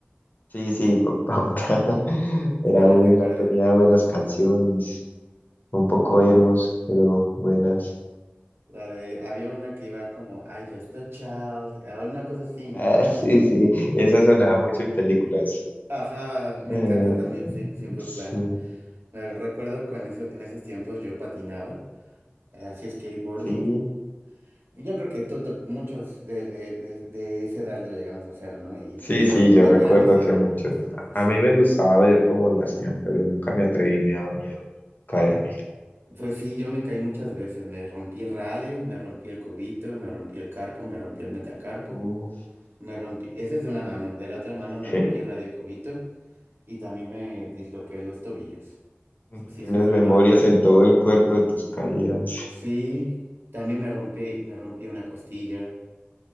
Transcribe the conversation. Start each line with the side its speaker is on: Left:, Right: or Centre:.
Left: Sí, sí, Pocahontas. <laughs>
Right: sí
Left: Era
Right: la
Left: buena,
Right: recuerdo.
Left: tenía buenas canciones, un poco emos, pero buenas.
Right: La de, había una que iba como, I just a child, o una cosa así, ¿no?
Left: Ah,
Right: La...
Left: sí, sí, esa sonaba mucho en películas.
Right: Ajá, me
Left: Eh,
Right: encanta también siempre, siempre
Left: sí,
Right: el plan. Me recuerdo cuando en eso- en esos tiempos yo patinaba. eh, Así es skateboarding.
Left: sí,
Right: Yo creo que to- to- muchos de, de, de, de esa edad lo llegamos a hacer, ¿no? Y
Left: sí,
Right: pues yo
Left: sí, yo
Right: me
Left: recuerdo
Right: ponía mis audífonos,
Left: que muchos. A
Right: sí.
Left: mí me gustaba ver cómo lo hacían, pero nunca me atreví, me daba miedo caerme.
Right: Pues sí, yo me caí muchas veces. Me rompí radio, me rompí el cubito, me rompí el carpo, me rompí el metacarpo,
Left: Uh.
Right: me rompí. ese es de una mano. De la otra mano me
Left: <laughs>
Right: rompí radio y cubito y también me disloqué los tobillos.
Left: Mm,
Right: Sí,
Left: Tienes
Right: sufrí
Left: memorias
Right: bastante.
Left: en todo el cuerpo de tus caídas.
Right: Sí, también me rompí, me rompí una costilla.